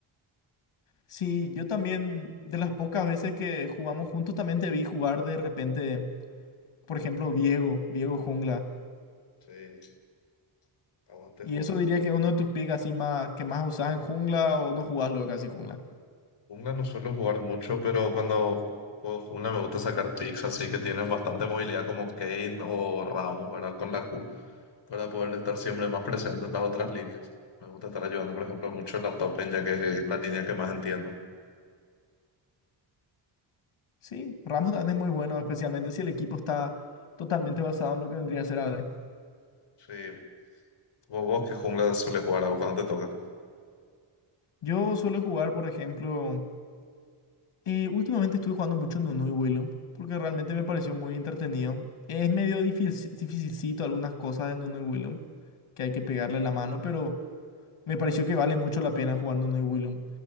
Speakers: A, on the left; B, on the left.
A: Sí, yo también, de las pocas veces que jugamos juntos, también te vi jugar de repente, por ejemplo, Viego, Viego Jungla.
B: Sí, aguante
A: Y
B: jugar
A: eso
B: jungla.
A: diría que es uno de tus picks así más que más usás en jungla o no jugás lo de casi jungla.
B: Jungla no suelo jugar mucho, pero cuando juego jungla me gusta sacar picks así que tienen bastante movilidad como Kane o Ramos, ¿verdad? Con la Q, para poder estar siempre más presente en las otras líneas. Me gusta estar ayudando, por ejemplo, mucho en la top lane, ya que es la línea que más entiendo.
A: Sí, Ramos dan es muy bueno, especialmente si el equipo está totalmente basado en lo que vendría a ser AD.
B: Sí. ¿Vos, vos qué jungla sueles jugar a vos cuando te toca?
A: Yo suelo jugar, por ejemplo, eh, últimamente estuve jugando mucho Nunu y Willem porque realmente me pareció muy entretenido. Es medio difícil, dificilcito algunas cosas de Nunu y Willem que hay que pegarle la mano, pero me pareció que vale mucho la pena jugar Nunu y Willem